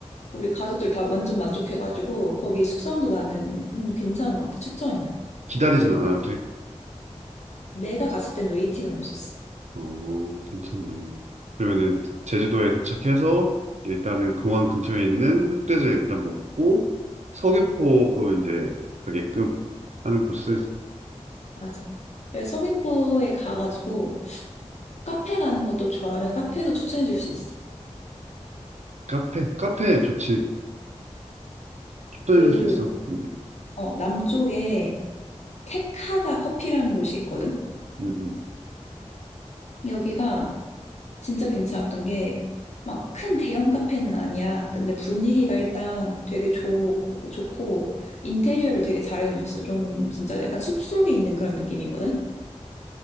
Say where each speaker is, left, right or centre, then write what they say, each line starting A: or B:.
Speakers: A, on the left; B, on the right.
A: 우리 가족들 다 완전 만족해가지고 거기 숙성도 나는 음, 괜찮은 것 같아. 추천이야.
B: 기다리진 않아도 돼.
A: 내가 갔을 때는 웨이팅은 없었어.
B: 어, 괜찮네. 그러면은 제주도에 도착해서 일단은 공항 근처에 있는 흑돼지 일단 먹고 서귀포로 이제 가게끔 하는 코스
A: 맞아. 그래서 서귀포에 가가지고 카페 가는 것도 좋아하면 카페도 추천해 줄 수 있어.
B: 카페 카페 좋지 추천해줄
A: 그,
B: 수 있어. 음, 음,
A: 어, 남쪽에 택하다 커피라는 곳이 있거든?
B: 음, 음.
A: 여기가 진짜 괜찮았던 게 막 큰 대형 카페는 아니야. 근데 분위기가 일단 되게 좋, 좋고 인테리어를 되게 잘 해놓으셨어. 좀 진짜 약간 숲속에 있는 그런 느낌이거든?